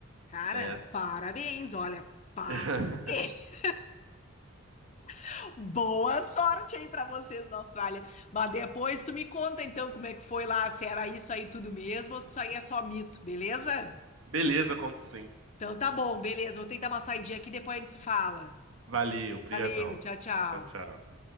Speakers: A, on the left; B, on the right.
A: Cara,
B: é.
A: parabéns, olha. Parabéns.
B: <laughs>
A: <laughs> Boa sorte aí para vocês na Austrália. Mas depois tu me conta então como é que foi lá, se era isso aí tudo mesmo ou se isso aí é só mito, beleza?
B: Beleza, conto sim.
A: Então tá bom, beleza. Vou tentar uma saidinha aqui, depois a gente se fala.
B: Valeu, brigadão.
A: Valeu, tchau, tchau.
B: Tchau, tchau.